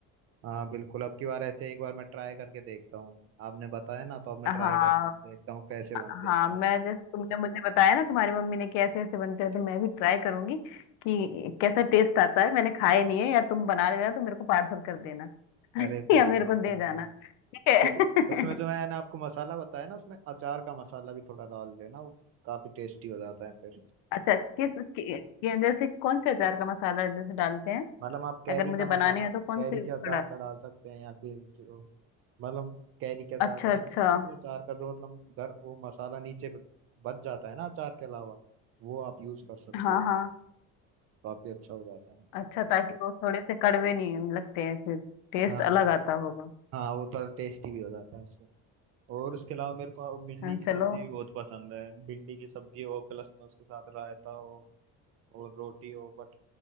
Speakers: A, on the right; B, on the left.
A: हाँ बिल्कुल अब की बार ऐसे एक बार मैं ट्राई करके देखता हूँ आपने बताया ना तो अब मैं
B: हाँ
A: ट्राई करूँगा देखता हूँ कैसे बनते
B: हाँ
A: हैं इस तरह
B: मैं
A: से
B: जैसे तुमने मुझे बताया ना तुम्हारी मम्मी ने कि ऐसे ऐसे बनते हैं तो मैं भी ट्राई करूंगी कि कैसा टेस्ट आता है मैंने खाए नहीं है या तुम बना लेना तो मेरे को पार्सल कर देना <laughs>
A: अरे बिल्कुल
B: या मेरे को
A: आप
B: दे
A: वही
B: जाना
A: तो।
B: ठीक
A: तो उसमें
B: है <laughs>
A: जो मैंने आपको मसाला बताया ना उसमें अचार का मसाला भी थोड़ा डाल देना वो काफी टेस्टी हो जाता है फिर
B: अच्छा किस कि, कि- जैसे कौन से अचार का मसाला जैसे डालते हैं
A: मतलब आप कैरी
B: अगर मुझे
A: का मसाला
B: बनाने हैं तो कौन
A: कैरी
B: से
A: के
B: उसका
A: अचार
B: डाल
A: का डाल सकते हैं या फिर जो मतलब कैरी के अचार
B: अच्छा
A: का या
B: अच्छा
A: फिर किसी भी अचार का जो मतलब घर वो मसाला नीचे ब- बच जाता है ना अचार के अलावा वो आप यूज कर सकते
B: हाँ
A: हो
B: हाँ
A: काफी अच्छा हो जाता है
B: अच्छा ताकि वो थोड़े से कड़वे नहीं लगते हैं फिर टेस्ट
A: हाँ
B: अलग आता होगा
A: हाँ वो थोड़ा टेस्टी भी हो जाता है उससे और उसके अलावा मेरे को भिंडी
B: हाँ,
A: की
B: चलो
A: सब्जी भी बहुत पसंद है भिंडी की सब्जी हो प्लस में उसके साथ रायता हो और रोटी हो बट